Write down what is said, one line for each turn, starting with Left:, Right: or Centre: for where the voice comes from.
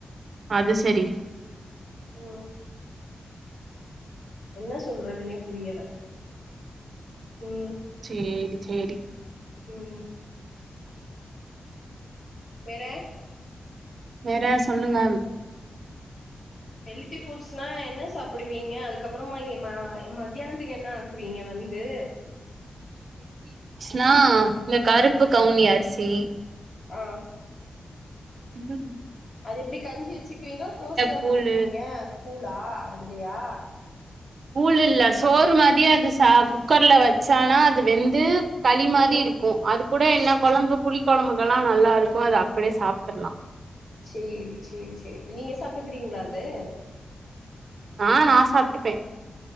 Right: அது சேரி
Left: ஓ என்ன சொல்றதுனே புரியல ம்
Right: சேரி சேரி
Left: ம் வேற
Right: வேற சொல்லுங்க
Left: ஹெல்தி ஃபுட்ஸ்னா என்ன சாப்பிடுவீங்க அதுக்கப்பறமா அ மத்தியானத்துக்கு என்ன ஆக்குவீங்க வந் ந்து
Right: னா இந்த கருப்பு கவுனி அரிசி
Left: அ
Right: இல்ல
Left: அது எப்படி கஞ்சி வச்சுக்குவீங்கள தோசையா
Right: கூழு
Left: போட்டுக்குவீங்க கூழா அதுலயா
Right: கூழ் இல்ல சோறு மாதிரியே அது ச குக்கர்ல வச்சானா அது வெந்து களி மாரி
Left: ஓ
Right: இருக்கு அது கூட என்ன கொழம்பு புளி கொழம்புக்கெல்லா நல்லாருக்கு அத அப்டியே சாப்டுக்லா
Left: சேரி சேரி சேரி நீங்க சாப்ட்டுக்கறீங்களா அது
Right: அ நா சாப்ட்டுப்பே